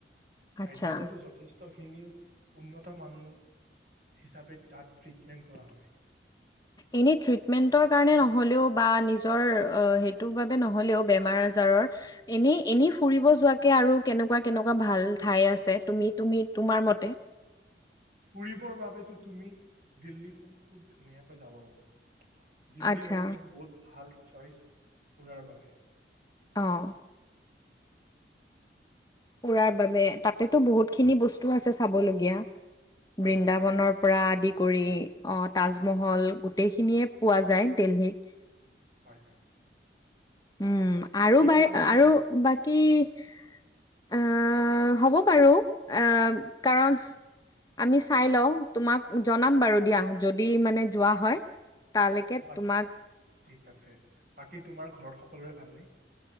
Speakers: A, on the right; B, on the left.
A: হায়দৰাবাদো
B: আচ্ছা।
A: যথেষ্ট। খিনি উন্নত মান হিচাপে তাত ট্ৰিটমেণ্ট কৰা হয়।
B: এনে ট্ৰিটমেণ্টৰ কাৰণে নহ'লেও বা‌‌ নিজৰ সেইটো ভাবে নহলে ও বেমাৰ আজাৰত এনেই ফুৰিব যোৱাকে আৰু কেনেকুৱা কেনেকুৱা ভাল ঠাই আছে। তোমাৰ মতে
A: ফুৰিবৰ বাবেতো তুমি দিল্লীখন খুব ধুনীয়াকৈ যাব পাৰা। দিল্লী
B: আচ্ছা
A: হ'ল এখন বহুত ভাল চইচ ফুৰাৰ বাবে
B: আহ ফুৰাৰ বাবে তাতেতো বহুত খিনি বস্তু আছে চাবলগীয়া
A: হয়
B: বৃন্দাবনৰ পৰা আদি কৰি আহ তাজমহল গোটেইখিনিয়ে পোৱা যায় দিল্লীত
A: হয় হয়
B: উম আৰু
A: ঠিক
B: বাই
A: আছে
B: আৰু বাকী কি আহ হ'ব বাৰু আহ কাৰণ আমি চাই লওঁ তোমাক জনাম বাৰু দিয়া যদি মানে যোৱা হয় তালৈকে
A: বাকী
B: তোমাক
A: ঠিক আছে বাকী তোমাৰ ঘৰত সকলোৰে ভালনে